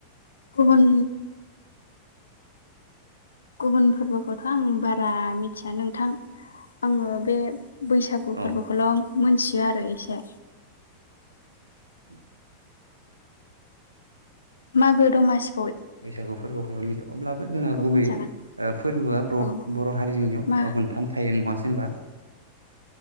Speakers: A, on the left; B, on the right.
A: गुबुन गुबुन फोरबोखौथ' आं बारा मिथिया नोंथां आङो बे बैसागु
B: औ
A: फोरबोखौल' मोनथियो आरो इसे
B: <inaudible>
A: मागो दमासि
B: बैसागु फोरबोखौ मिथियो अब्लाबो जोंहा
A: बेखौ
B: गुबैयै
A: बुंजागोन
B: ओ फोरबोआ ब
A: औ
B: बर' हारिनियाव
A: मा
B: ओ मोनथाम थायो नङासै होमबा?